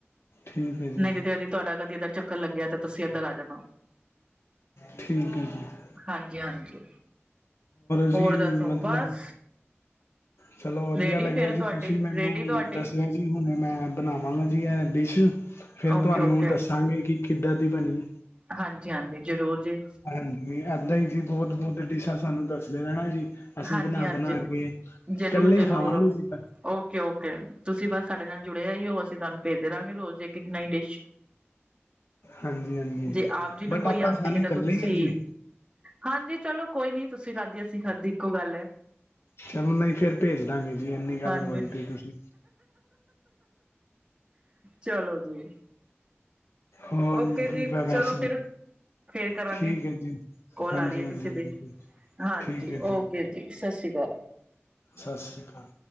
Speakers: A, on the left; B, on the right.
A: ਠੀਕ ਹੈ ਜੀ
B: ਨਹੀਂ ਤੇ ਤੇਦੀ ਤੁਹਾਡਾ ਕਦੀ ਇੱਧਰ ਚੱਕਰ ਲੱਗਿਆ ਤੇ ਤੁਸੀਂ ਇੱਧਰ ਆ ਜਾਣਾ।।
A: ਠੀਕ ਹੈ ਜੀ।
B: ਹਾਂਜੀ- ਹਾਂਜੀ,
A: ਜੀ
B: ਹੋਰ ਦੱਸੋ?
A: ਮਤਲਬ
B: ਬਸ।
A: ਚਲੋ ਵਧੀਆ
B: ਰੇਡੀ
A: ਲੱਗਿਆ
B: ਫੇਰ
A: ਜੀ,
B: ਤੁਹਾਡੀ
A: ਤੁਸੀਂ ਮੈਨੂੰ
B: ਰੇਡੀ ਤੁਹਾਡੀ
A: ਦੱਸਣਾ ਜੀ। ਹੁਣੇ ਮੈਂ ਬਣਾਵਾਂਗਾ ਜੀ ਇਹ ਡਿਸ਼, ਫੇਰ
B: ਓਕੇ
A: ਤੁਹਾਨੂੰ
B: ਓਕੇ
A: ਦੱਸਾਂਗੇ ਕਿ ਕਿੱਦਾਂ ਦੀ ਬਣੀ।
B: ਹਾਂਜੀ -ਹਾਂਜੀ ਜ਼ਰੂਰ ਜੀ।
A: ਹਾਂਜੀ, ਏਦਾਂ ਹੀ ਜੀ ਬਹੁਤ- ਬਹੁਤ ਡਿਸ਼ਾਂ ਸਾਨੂੰ ਦੱਸਦੇ ਰਹਿਣਾ ਜੀ। ਅਸੀਂ
B: ਹਾਂਜੀ
A: ਬਣਾ
B: ਹਾਂਜੀ
A: -ਬਣਾ ਕੇ ਇਕੱਲੇ
B: ਜ਼ਰੂਰ ਜ਼ਰੂਰ
A: ਖਾਵਾਂਗੇ।
B: ਓਕੇ -ਓਕੇ ਤੁਸੀਂ ਬਸ ਸਾਡੇ ਨਾਲ ਜੁੜੇ ਰਹਿਓ, ਅਸੀਂ ਤੁਹਾਨੂੰ ਭੇਜ ਦੇ ਰਹਾਗੇ ਰੋਜ਼ ਇਕ। ਇਕ ਨਈ ਡਿਸ਼।
A: ਹਾਂਜੀ ਹਾਂਜੀ
B: ਜੇ ਆਪ ਜੀ ਨੂੰ
A: ਬਟ
B: ਕੋਈ
A: ਆਪਾਂ
B: ਆਉਂਦੀ
A: ਖਾਣੇ
B: ਹੈ ਤਾਂ
A: ਇਕੱਲੇ
B: ਤੁਸੀਂ
A: ਹੀ ਹੈ ਜੀ
B: ਹਾਂਜੀ ਚਲੋ ਕੋਈ ਨੀ, ਤੁਸੀਂ ਖਾਧੀ ਅਸੀਂ ਖਾਧੀ। ਇੱਕੋ ਗੱਲ ਹੈ
A: ਚਲੋ ਨਹੀਂ ਫੇਰ ਭੇਜ ਦਾਂਗੇ ਜੀ, ਇੰਨੀ ਗੱਲ
B: ਹਾਂਜੀ
A: ਬੋਲਤੀ ਤੁਸੀਂ।
B: ਚਲੋ ਜੀ।
A: ਹੋਰ
B: ਓਕੇ ਜੀ,
A: ਵ- ਵੈਸੇ
B: ਚਲੋ ਫਿਰ। ਫੇਰ ਕਰਾਂਗੇ,
A: ਠੀਕ ਹੈ ਜੀ
B: ਕੋਲ
A: ਹਾਂਜੀ
B: ਆ ਰਹੀ ਹੈ
A: ਹਾਂਜੀ
B: ਕਿਸੇ
A: ਬਿਲਕੁਲ
B: ਦੀ, ਹਾਂਜੀ
A: ਠੀਕ ਹੈ
B: ਓਕੇ। ਜੀ ਸਤਿ ਸ਼੍ਰੀ ਅਕਾਲ।
A: ਸਤਿ ਸ਼੍ਰੀ ਅਕਾਲ।